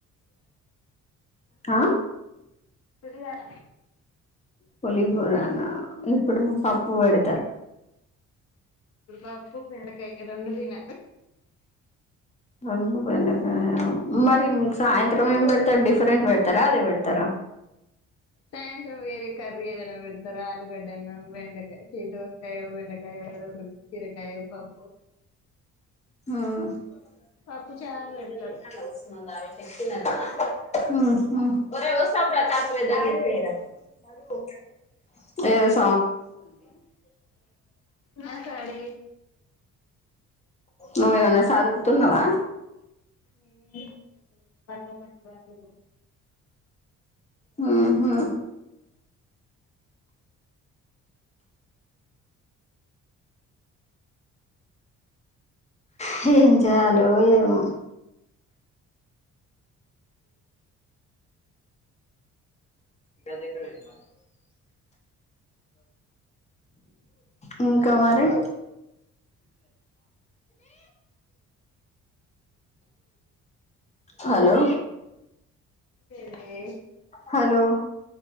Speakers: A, on the left (about 20°); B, on the left (about 55°).
A: ఆ
B: పులిహోర
A: పోలీ హోరనా ఇప్పుడు పప్పు పెడు
B: ఇప్పుడు పప్పు బెండగాయ్ రెండు దిన
A: రెండు బెండకాయ మరి సాయంత్రం ఏం బెడతారు డిఫరెంట్ బెడతారా అదే బెడతారా
B: సాయంత్రం వేరే కర్రీ ఏదైనా బెడుతారు ఆలు గడ్డ అన్నా బెండకాయ దోసకాయో బెండకాయ ఏదో ఒకటి బీరకాయో పప్పు
A: ఆ
B: పప్పు చారు పెడతారు
A: ఆహ ఏ
B: మాకాడే
A: నువ్వు ఏదన్న సదురుతున్నావా
B: నేనే పక్క పక్క దాంట్లో బో
A: ఆ ఆ హేం జేయాలో ఏమో <unintelligible> ఉం కా మారె హలో
B: ఏందే ఇది
A: హలో